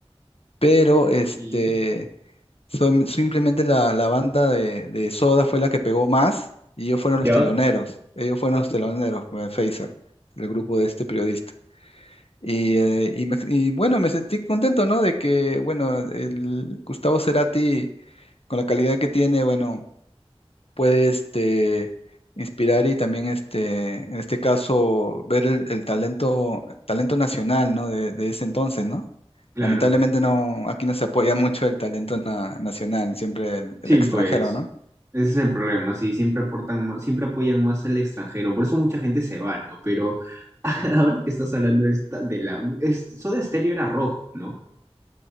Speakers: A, on the left; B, on the right.
A: pero este,
B: Y...
A: son- simplemente la, la banda de, de Soda fue la que pegó más y ellos fueron los
B: Ya.
A: teloneros, ellos fueron los teloneros, eh, Phaser, el grupo de este periodista. Y, eh, y me- y bueno, me sentí contento, ¿no? De que, bueno, el Gustavo Cerati, con la calidad que tiene, bueno puede este, inspirar y también este, en este caso ver el, el talento, talento nacional, ¿no? De, de ese entonces, ¿no?
B: Claro.
A: Lamentablemente no, aquí no se apoya mucho el talento na- nacional, siempre el,
B: Sí,
A: el extranjero,
B: pues.
A: ¿no?
B: Ese es el problema, sí, siempre aportan más, siempre apoyan más al extranjero, por eso mucha gente se va, ¿no? Pero <laughs> ahora que estás hablando de esta, de la, es, Soda Stereo era rock, ¿no?